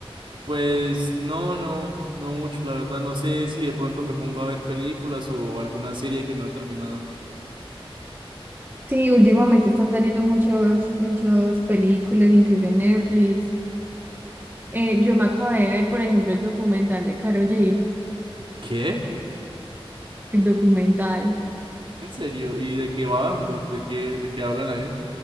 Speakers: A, on the right; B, on the right.
A: Pues no, no, no mucho, la verdad, no sé si de pronto me pongo a ver películas o alguna serie que no he terminado.
B: Sí, últimamente están saliendo muchos, muchas películas, incluso en Netflix. Eh, yo me acabé de ver, por ejemplo, el documental de Karol G,
A: ¿Qué?
B: el documental.
A: ¿En serio? ¿Y de qué va? ¿De de qué, de qué hablan ahí?